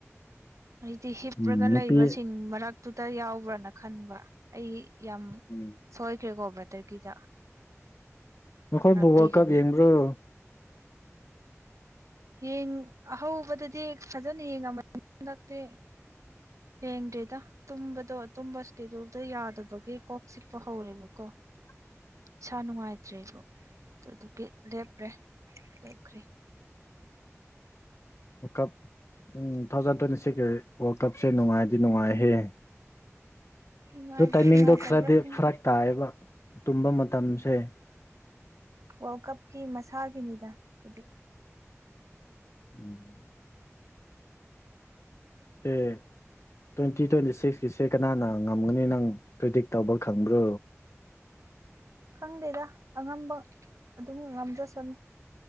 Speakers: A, on the right (about 75°); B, on the left (about 60°).
A: ꯑꯩꯗꯤ ꯍꯤꯞꯔꯒ
B: ꯎꯝ ꯅꯨꯄꯤ
A: ꯂꯩꯕꯁꯤꯡ ꯃꯔꯛꯇꯨꯗ ꯌꯥꯎꯕ꯭ꯔꯥꯅ ꯈꯟꯕ ꯑꯩ ꯌꯥꯝ
B: ꯎꯝ
A: ꯁꯣꯏꯈ꯭ꯔꯦꯀꯣ ꯕꯇꯔꯒꯤꯗ
B: ꯅꯈꯣꯏꯕꯨ
A: ꯉꯥꯛꯄꯤꯒꯅꯤ
B: ꯋꯥꯔꯜ ꯀꯞ <unintelligible>
A: ꯌꯦꯡ ꯑꯍꯧꯕꯗꯗꯤ ꯐꯖꯅ ꯌꯦꯡꯉꯃꯅꯤ ꯍꯟꯗꯛꯇꯤ ꯌꯦꯡꯗꯦꯗ ꯇꯨꯝꯕꯗꯣ ꯇꯨꯝꯕ ꯏꯁꯀꯦꯗꯨꯜꯗꯣ ꯌꯥꯗꯕꯒꯤ ꯀꯣꯛ ꯆꯤꯛꯄ ꯍꯧꯔꯦꯕꯀꯣ
B: <unintelligible>
A: ꯏꯁꯥ ꯅꯨꯡꯉꯥꯏꯇ꯭ꯔꯦꯒꯣ ꯑꯗꯨꯗꯨꯒꯤ ꯂꯦꯞꯄ꯭ꯔꯦ ꯂꯦꯞꯈ꯭ꯔꯦ
B: ꯑꯣꯀꯞ ꯎꯝ ꯊꯥꯎꯖꯟ ꯇ꯭ꯋꯦꯟꯇꯤ ꯁꯤꯁ ꯋꯥꯔꯜ ꯀꯞꯁꯦ ꯅꯨꯡꯉꯥꯏꯗꯤ ꯅꯨꯡꯉꯥꯏꯍꯦ
A: ꯅꯨꯡꯉꯥꯏꯕ꯭ꯔꯥ
B: ꯑꯗꯨ ꯇꯥꯏꯃꯤꯡꯗꯣ
A: ꯅꯨꯡꯉꯥꯏꯇꯕ꯭ꯔꯥ
B: ꯈꯔꯗꯤ
A: ꯈꯪꯗꯦ
B: ꯐꯔꯛ ꯇꯥꯏꯑꯕ ꯇꯨꯝꯕ ꯃꯇꯝꯁꯦ
A: ꯋꯥꯔꯜ ꯀꯞꯀꯤ ꯃꯁꯥꯒꯤꯅꯤꯗ ꯑꯗꯨꯗꯤ
B: ꯎꯝ ꯑꯦ ꯇ꯭ꯋꯦꯟꯇꯤ ꯇ꯭ꯋꯦꯟꯇꯤ ꯁꯤꯛꯁꯀꯤꯁꯦ ꯀꯅꯥꯅ ꯉꯝꯒꯅꯤ ꯅꯪ ꯄ꯭ꯔꯤꯗꯤꯛ ꯇꯧꯕ ꯈꯪꯕ꯭ꯔꯣ
A: ꯈꯪꯗꯦꯗ ꯑꯉꯝꯕ ꯑꯗꯨꯝ ꯉꯝꯖꯁꯅꯨ